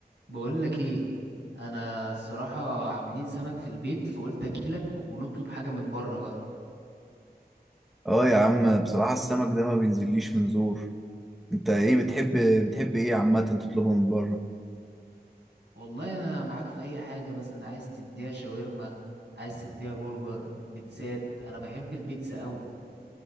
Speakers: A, on the right (about 90°); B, in the centre.
A: بقول لك ايه انا الصراحه عاملين سمك في البيت فقلت اجيلك ونطلب حاجه من بره بقى
B: اه يا عم بصراحة السمك ده ما بينزليش من زور انت ايه بتحب بتحب ايه عامة تطلبه من بره
A: والله انا معاك في اي حاجه مثلا عايز تديها شاورما عايز تديها برجر بيتزات انا بحب البيتزا قوي